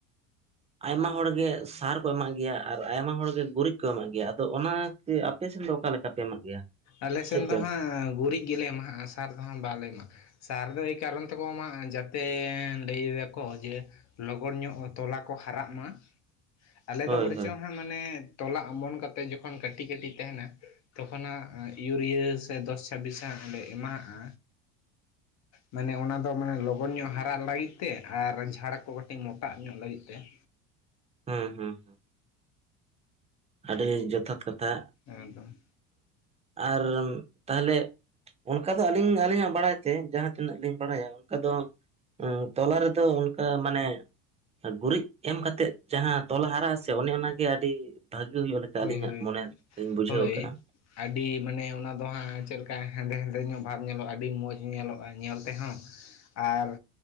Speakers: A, on the right (about 15°); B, on the left (about 45°).
A: ᱟᱭᱢᱟ ᱦᱚᱲ ᱜᱮ ᱥᱟᱨ ᱠᱚ ᱮᱢᱟᱜ ᱜᱮᱭᱟ ᱟᱨ ᱟᱭᱢᱟ ᱦᱚᱲ ᱜᱮ ᱜᱩᱨᱤᱡ ᱠᱚ ᱮᱢᱟᱜ ᱜᱮᱭᱟ ᱟᱫᱚ ᱚᱱᱟ ᱜᱮ ᱟᱯᱮ ᱥᱮᱱ ᱫᱚ ᱚᱠᱟ ᱞᱮᱠᱟ ᱯᱮ ᱮᱢᱟᱜ ᱜᱮᱭᱟ?
B: ᱟᱞᱮ ᱥᱮᱱ
A: ᱪᱮᱫ ᱯᱮ
B: ᱫᱚ ᱦᱟᱸᱜ ᱜᱩᱨᱤᱡ ᱜᱮᱞᱮ ᱮᱢᱟᱜ-ᱟ ᱥᱟᱨ ᱫᱚ ᱦᱟᱸᱜ ᱵᱟᱞᱮ ᱮᱢᱟᱜ-ᱟ ᱥᱟᱨ ᱫᱚ ᱮᱭ ᱠᱟᱨᱚᱱ ᱛᱮᱠᱚ ᱢᱟ ᱡᱟᱛᱮᱻ ᱞᱟᱹᱭ ᱫᱟᱠᱚ ᱡᱮ ᱞᱚᱜᱚᱱ ᱧᱚᱜ ᱛᱚᱞᱟ ᱠᱚ ᱦᱟᱨᱟᱜ ᱢᱟ ᱟᱞᱮ
A: ᱦᱳᱭ
B: ᱫᱚ ᱵᱚᱨᱪᱚᱝ
A: ᱦᱳᱭ
B: ᱦᱟᱸᱜ ᱢᱟᱱᱮ ᱛᱚᱞᱟ ᱚᱢᱚᱱ ᱠᱟᱛᱮᱫ ᱡᱚᱠᱷᱚᱱ ᱠᱟᱹᱴᱤᱡ ᱠᱟᱹᱴᱤᱡ ᱛᱟᱦᱮᱱᱟ ᱛᱚᱠᱷᱚᱱ ᱦᱟᱸᱜ ᱤᱭᱩᱨᱤᱭᱟᱹ ᱥᱮ ᱫᱚᱥ ᱪᱷᱟᱵᱤᱥᱜ ᱦᱟᱸᱜ ᱞᱮ ᱮᱢᱟᱜᱼᱟ ᱢᱟᱱᱮ ᱚᱱᱟ ᱫᱚ ᱢᱟᱱᱮ ᱞᱚᱜᱚᱱ ᱧᱚᱜ ᱦᱟᱨᱟᱜ ᱞᱟᱹᱜᱤᱫ ᱛᱮ ᱟᱨ ᱡᱷᱟᱲ ᱠᱚ ᱠᱟᱹᱴᱤᱡ ᱢᱚᱴᱟᱜ ᱧᱚᱜ ᱞᱟᱹᱜᱤᱫ ᱛᱮ ᱾
A: ᱦᱮᱸ ᱦᱩᱸ ᱾ ᱟᱹᱰᱤ ᱡᱚᱛᱷᱟᱛ ᱠᱟᱛᱷᱟ
B: ᱮᱠᱫᱚᱢ
A: ᱟᱨ ᱛᱟᱞᱦᱮ ᱚᱱᱠᱟ ᱫᱚ ᱟᱹᱞᱤᱧ ᱟᱹᱞᱤᱧᱟᱜ ᱵᱟᱲᱟᱭ ᱛᱮ ᱡᱟᱦᱟᱸ ᱛᱤᱱᱟᱹᱜ ᱞᱤᱧ ᱵᱟᱲᱟᱭᱟ ᱚᱱᱠᱟ ᱫᱚ ᱩᱸ ᱛᱚᱞᱟ ᱨᱮᱫᱚ ᱚᱱᱠᱟ ᱢᱟᱱᱮ ᱜᱩᱨᱤᱡ, ᱮᱢ ᱠᱟᱛᱮᱜ ᱡᱟᱦᱟᱸ ᱛᱚᱞᱟ ᱦᱟᱨᱟᱜ ᱟᱥᱮ ᱚᱱᱮ ᱚᱱᱟᱜᱮ ᱟᱹᱰᱤ ᱵᱷᱟᱹᱜᱤ ᱦᱩᱭᱩᱜ ᱞᱟᱹᱜᱤᱫ
B: ᱦᱳᱭ
A: ᱾ ᱟᱹᱞᱤᱧᱟᱜ
B: ᱦᱳᱭ
A: ᱢᱚᱱᱮ ᱛᱮᱞᱤᱧ ᱵᱩᱡᱷᱟᱹᱣ
B: ᱦᱳᱭ
A: ᱟᱠᱟᱜᱼᱟ ᱾
B: ᱟᱹᱰᱤ ᱢᱟᱱᱮ ᱚᱱᱟ ᱫᱚ ᱦᱟᱸᱜ ᱪᱮᱫ ᱞᱮᱠᱟ ᱦᱮᱸᱫᱮ ᱦᱮᱸᱫᱮ ᱧᱚᱜ ᱵᱷᱟᱵᱽ ᱧᱮᱞᱚᱜᱼᱟ ᱟᱹᱰᱤ ᱢᱚᱡᱽ ᱧᱮᱞᱚᱜᱼᱟ ᱧᱮᱞ ᱛᱮᱦᱚᱸ ᱾ ᱟᱨ